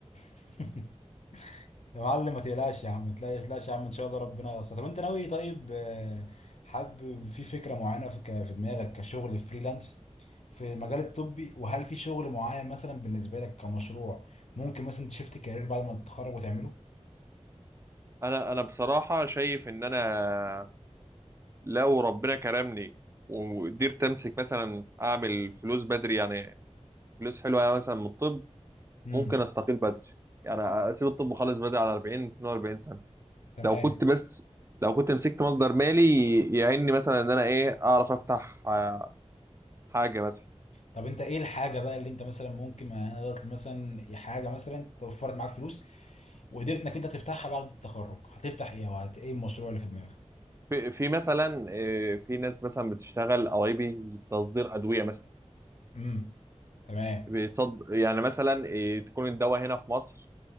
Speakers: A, on the left; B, on the right.
A: <laughs> يا معلم ما تقلقش يا عم ما تقلقش يا عم ان شاء الله ربنا ييسر طب انت ناوي طيب آه، حابب في فكره معينه في ك- في دماغك كشغل فريلانس في المجال الطبي وهل في شغل معين مثلا بالنسبه لك كمشروع ممكن مثلا تشفت كارير بعد ما تتخرج وتعمله
B: انا انا بصراحه شايف ان انا لو ربنا كرمني وقدرت امسك مثلا اعمل فلوس بدري يعني فلوس حلوه يعني مثلا من الطب
A: امم
B: ممكن استقيل بدري يعني اسيب الطب وخلص بدري على 40 42 سنه
A: تمام
B: لو كنت بس لو كنت مسكت مصدر مالي يعيني مثلا ان انا ايه اعرف افتح آه، حاجه مثلا
A: طب انت ايه الحاجه بقى اللي انت مثلا ممكن يعني انا دلوقتي مثلا حاجه مثلا توفرت معاك فلوس وقدرت انك انت تفتحها بعد التخرج هتفتح ايه وهت ايه المشروع اللي في دماغك
B: في في مثلا آه، في ناس مثلا بتشتغل قرايبي تصدير ادويه مثلا
A: امم تمام
B: بيصد يعني مثلا آه، تكون الدواء هنا في مصر